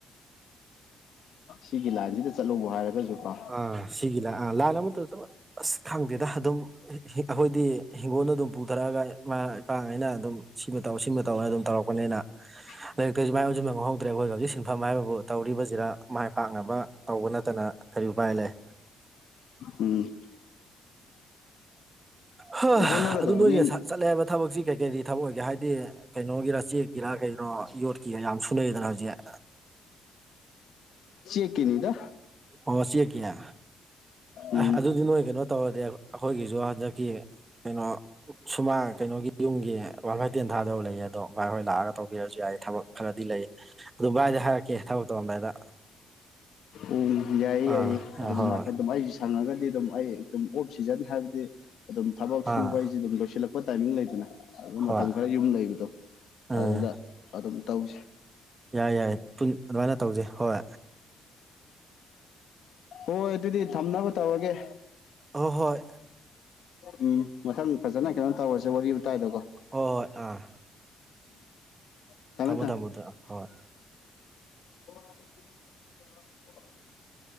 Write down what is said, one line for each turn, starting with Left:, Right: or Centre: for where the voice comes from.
Left: ꯁꯤꯒꯤ ꯂꯥꯏꯟꯁꯤꯗ ꯆꯠꯂꯧꯕ ꯍꯥꯏꯔꯒꯁꯨ ꯀꯣ
Right: ꯑꯥ ꯁꯤꯒꯤ ꯂꯥꯟ ꯑꯥ ꯂꯥꯟ ꯑꯃꯇ ꯆꯠꯂ ꯑꯁ ꯈꯪꯗꯦꯗ ꯑꯗꯨꯝ ꯑꯩꯈꯣꯏꯗꯤ ꯍꯤꯡꯒꯣꯜꯗ ꯑꯗꯨꯝ ꯄꯨꯊꯔꯛꯑꯒ ꯏꯃꯥ ꯏꯄꯥꯉꯩꯅ ꯑꯗꯨꯝ ꯁꯤꯃ ꯃꯇꯧ ꯁꯤ ꯃꯇꯧꯅ ꯑꯗꯨꯝ ꯇꯧꯔꯛꯄꯅꯤꯅ
Left: <inaudible>
Right: ꯂꯥꯏꯔꯤꯛꯇꯩꯁꯨ ꯃꯥꯏ ꯑꯣꯟꯕ ꯉꯝꯍꯧꯗ꯭ꯔꯦ ꯑꯩꯈꯣꯏꯒꯤ ꯍꯧꯖꯤꯛ ꯁꯤꯟꯐꯝ ꯍꯥꯏꯕꯕꯨ ꯇꯧꯔꯤꯕꯁꯤꯗ ꯃꯥꯏ ꯄꯥꯛꯅꯕ ꯇꯧꯕ ꯅꯠꯇꯅ ꯀꯔꯤ ꯎꯄꯥꯏ ꯂꯩ
Left: ꯎꯝ
Right: ꯍ
Left: ꯍꯣꯠꯅꯒꯗꯧꯕꯅꯤ
Right: ꯑꯗꯨ ꯅꯣꯏꯅꯦ ꯁꯥ ꯆꯠꯂꯦꯕ ꯊꯕꯛꯁꯤ ꯀꯩ ꯀꯔꯤ ꯊꯕꯛ ꯑꯣꯏꯒꯦ ꯍꯥꯏꯗꯤ ꯀꯩꯅꯣꯒꯤꯔꯥ ꯆꯦꯛꯀꯤꯔꯥ ꯀꯩꯒꯤꯔꯥ ꯌꯣꯠꯀꯤꯔ ꯌꯥꯝ ꯁꯨꯅꯩꯗꯅ ꯍꯧꯖꯤꯛ
Left: ꯆꯀꯤꯅꯤꯗ
Right: ꯑꯣ ꯆꯦꯛꯀꯤꯅꯦ
Left: ꯎꯝ
Right: ꯑ ꯑꯗꯨꯗꯤ ꯅꯣꯏ ꯀꯩꯅꯣ ꯇꯧꯔꯗꯤ ꯑꯩꯈꯣꯏꯒꯤꯁꯨ ꯍꯟꯗꯛꯀꯤ ꯀꯩꯅꯣ ꯁꯨꯃꯥꯡ ꯀꯩꯅꯣꯒꯤ ꯌꯨꯝꯒꯤ ꯋꯥꯜ ꯐꯚꯥꯏ ꯇꯦꯟ ꯊꯥꯗꯕ ꯂꯩꯌꯦ ꯑꯗꯣ ꯚꯥꯏ ꯍꯣꯏ ꯂꯥꯛꯑꯒ ꯇꯧꯕꯤꯔꯁꯨ ꯌꯥꯏ ꯊꯕꯛ ꯈꯔꯗꯤ ꯂꯩꯌꯦ ꯑꯗꯨꯗꯨꯕꯥꯥꯏꯗ ꯍꯥꯔꯛꯦ ꯊꯒ ꯇꯣꯗꯏꯗ
Left: ꯎꯝ ꯌꯥꯏꯌꯦ
Right: ꯑꯥ
Left: ꯌꯥꯏꯌꯦꯃ
Right: ꯑꯥ ꯍꯣꯏ
Left: ꯁꯪꯉꯒꯗꯤ ꯑꯗꯨꯝ ꯑꯩ ꯑꯗꯨꯝ ꯑꯣꯞ ꯁꯤꯖꯟ ꯍꯥꯏꯕꯗꯤ ꯑꯗꯨꯝ ꯊꯕꯛ
Right: ꯍꯣꯏ
Left: ꯁꯨꯕ
Right: ꯑꯥ
Left: ꯑꯩꯁꯦ ꯑꯗꯨꯝ ꯂꯣꯏꯁꯤꯜꯂꯛꯄ ꯇꯥꯏꯃꯤꯡ ꯂꯩꯗꯅ ꯑꯗꯨ
Right: ꯍꯣꯏ
Left: ꯃꯇꯝ ꯈꯔ ꯌꯨꯝ ꯂꯩꯕꯗꯣ
Right: ꯎꯝ
Left: ꯑꯗꯨꯗ ꯑꯗꯨꯝ ꯇꯧꯁꯤ
Right: ꯌꯥꯏ ꯌꯥꯏ ꯑꯗꯨꯃꯥꯏꯅ ꯇꯧꯁꯤꯩ ꯍꯣꯏ
Left: ꯍꯣꯏ ꯑꯗꯨꯗꯤ ꯊꯝꯅꯕ ꯇꯧꯔꯒꯦ
Right: ꯑ ꯍꯣꯏ
Left: ꯎꯝ ꯃꯊꯪ ꯐꯖꯅ ꯀꯩꯅꯣ ꯇꯧꯔꯁꯦ ꯋꯥꯔꯤ ꯋꯥꯇꯥꯏꯗꯀꯣ
Right: ꯍ ꯍꯣꯏ ꯑꯥ
Left: ꯎꯝ ꯊꯝꯃꯦ
Right: ꯊꯝꯃꯣ
Left: ꯊꯝꯃꯦ
Right: ꯊꯝꯃꯣꯗ ꯍꯣꯏ
Left: <unintelligible>